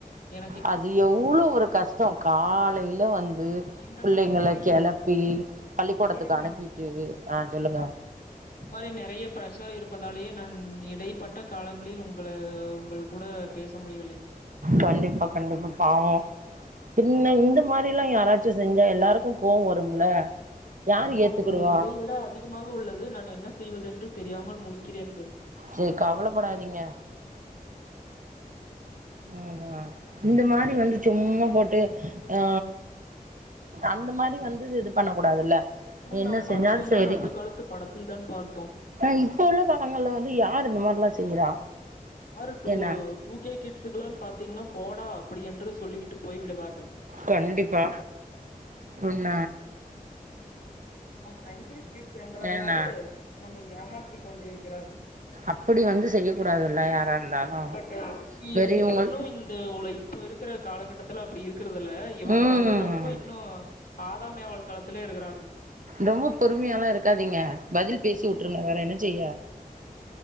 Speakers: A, on the left; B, on the right.
A: என்
B: அது எவ்வளோ ஒரு கஷ்டம் காலையில வந்து
A: இந்த
B: பிள்ளைங்கள
A: மாரி நெறைய
B: கெளப்பி பள்ளிக்கூடத்துக்கு
A: இருங்க
B: அனுப்பிட்டு ஆ சொல்லுங்க
A: இந்த மாரி நிறைய பிரஷர் இருப்பதாலேயே நான் இடைப்பட்ட காலங்களில் உங்கள உங்கள் கூட பேச முடியவில்லை
B: கண்டிப்பா கண்டிப்பா பாவோ பின்ன இந்த மாரில்லா யாராச்சு செஞ்சா எல்லாருக்கு கோவ வரும்ல யாரு
A: ஆமாம்
B: ஏத்துக்கிடுவா
A: தோழி இதை விட அதிகமாக உள்ளது நான் என்ன செய்வதென்று தெரியாமல் முழிக்கிறேன் தோழி
B: சரி கவலப்படாதீங்க ம் ஆ இந்த மாதிரி வந்து சும்மா போட்டு அ அந்த மாரி வந்து இது பண்ண கூடாதுல்ல என்ன
A: நம் படத்தில்
B: செஞ்சாலு சேரி
A: தான் அந்த காலத்து படத்தில் தான் பார்த்தோம்
B: ஆ இப்ப உள்ள காலங்கள்ல வந்து யார் இந்த மாரில்லா செய்றா
A: யாரு டூ
B: என்ன
A: டூ கே கிட்ஸுக்குலாம்னு பாத்தீங்கன்னா போடா அப்பிடி என்று சொல்லிவிட்டு போய் விடுவார்கள்
B: கண்டிப்பா உன்ன
A: நம் நைடிஸ் கிட்ஸ் என்றதுனாலே
B: என்ன
A: நம்மை ஏமாற்றி கொண்டிருக்கிறார்கள்
B: அப்பிடி வந்து செய்யக்கூடாதுல்ல யாரா இருந்தாலு
A: பட்டு எப்பிடி
B: பெரியவங்கள்
A: எந்த பெண்ணு இந் த உள்ள இப்ப இருக்குற காலகட்டத்துல அப்பிடி இருக்குறதுல இவங்க
B: ம்
A: வந்து ரொம்ப இன்னோ ஆதாம் ஏவால் காலத்துலயே இருக்குறாங்க
B: ரொம்ப பொறுமையாலா இருக்காதீங்க பதில் பேசி உட்டுருங்க வேற என்ன செய்ய